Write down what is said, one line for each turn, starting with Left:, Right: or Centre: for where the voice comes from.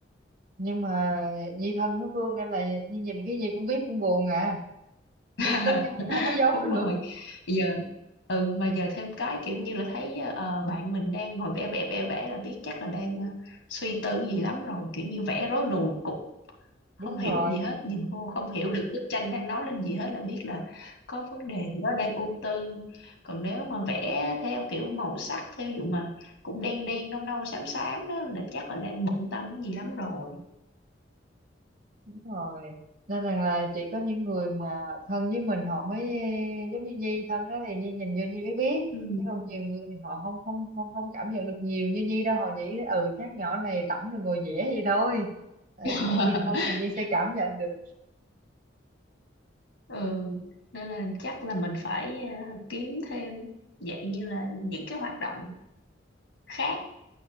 Right: nhưng mà Nhi thân với Phương nên là Nhi nhìn cái gì cũng biết Phương buồn à
Left: <laughs>
Right: cái có cái nó không có giấu
Left: đúng
Right: được
Left: rồi bây giờ ừ mà giờ thêm cái kiểu như là thấy ờ, ờ, bạn mình đang ngồi vẽ vẽ vẽ vẽ là biết chắc là đang ờ, suy tư gì lắm rồi kiểu như vẽ rối nùi cục không
Right: đúng
Left: hiểu
Right: rồi
Left: gì hết nhìn vô không hiểu được bức tranh đang nói lên gì hết là biết là có vấn đề gì đó đang ưu tư còn nếu mà vẽ theo kiểu màu sắc theo dụ mà cũng đen đen nâu nâu xám xám đó là chắc là đang bận tâm cái gì lắm rồi
Right: Đúng rồi nên rằng là chỉ có những người mà thân với mình họ mới eh, giống như Nhi thân đó thì Nhi nhìn vô Nhi mới biết
Left: ừ.
Right: chứ còn nhiều người thì họ không không không không cảm nhận được nhiều như Nhi đâu họ nghĩ ừ chắc nhỏ này rảnh rồi ngồi vẽ vậy thôi Đó,
Left: <laughs>
Right: tại Nhi thân thì Nhi sẽ cảm nhận được
Left: ừ. nên là chắc là mình phải ờ, kiếm thêm dạng như là những cái hoạt động khác